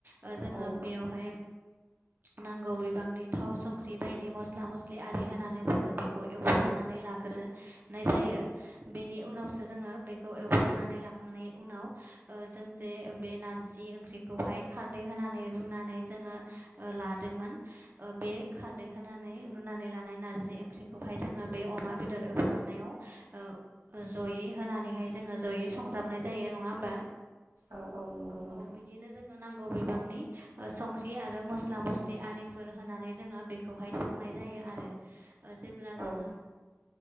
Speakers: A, on the right; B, on the right.
A: ओ जोङो
B: औ
A: बेवहाय नांगौ बिबांनि थाव संख्रि बायदि मस्ला मस्लि आरि होनानै जोङो बेखौ एवफ्रामनानै लाग्रो नाय जायो बेनि उनावसो जोङो बेखौ एवफ्रामनानै लाखांनायनि उनाव ओ जों जे बे नारजि ओंख्रिखौहाय खारदै होनानै रुनानै जोङो ओ लादोंमोन बे खारदै होनानै रुनानै लानाय नारजि ओंख्रिखौहाय जोङो बे अमा बेदर एवफ्रामनायाव ओ जयै होनानैहाय जोङो जयै संजाबनाय जायो नङा होमबा
B: औ औ नंगौ नोंथां
A: औ बिदिनो जोङो नांगौ बिबांनि संख्रि आरो मस्ला मस्लि आरिफोर होनानै जोङो बेखौहाय संनाय जायो आरो ओ जेब्ला
B: औ
A: जोङो